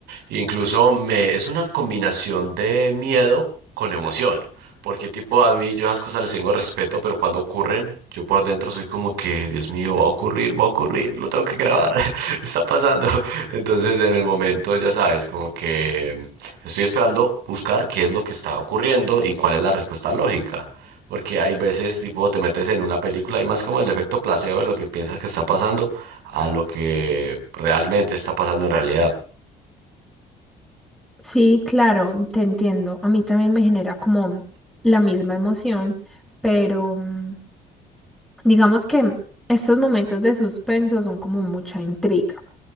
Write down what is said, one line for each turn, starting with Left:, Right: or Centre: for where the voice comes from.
Right: Incluso me, es una combinación de miedo con emoción, porque tipo a mí yo esas cosas les tengo respeto, pero cuando ocurren, yo por dentro soy como que, Dios mío, va a ocurrir, va a ocurrir, lo tengo que grabar, <laughs> está pasando. Entonces en el momento, ya sabes, como que estoy esperando buscar qué es lo que está ocurriendo y cuál es la respuesta lógica. Porque hay veces, tipo, te metes en una película y más como el efecto placebo de lo que piensas que está pasando a lo que realmente está pasando en realidad.
Centre: Sí, claro, te entiendo. A mí también me genera como la misma emoción, pero mm, digamos que estos momentos de suspenso son como mucha intriga.